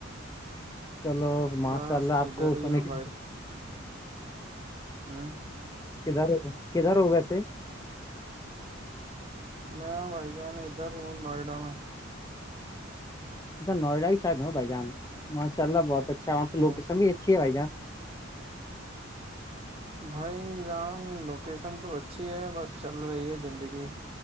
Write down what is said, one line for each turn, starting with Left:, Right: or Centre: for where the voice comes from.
Left: چلو ماشاء
Right: بس
Left: اللہ
Right: ادھر
Left: آپ کو
Right: ہی
Left: سنے
Right: ہوں
Left: کے
Right: ہوں
Left: کدھر کدار ہو ویسے
Right: میں بھائی جان ادھر ہ نوئیڈا میں
Left: اا نوئیا ہیاحب ہو بائی جان ماشاء اللہ بہت اچھا اوراں تو
Right: ہاں
Left: لوکیشن بھی اچھی ہے بھائی جان
Right: بھائی جان لوکیشن تو اچھی ہے بس چل رہی ہے زندگی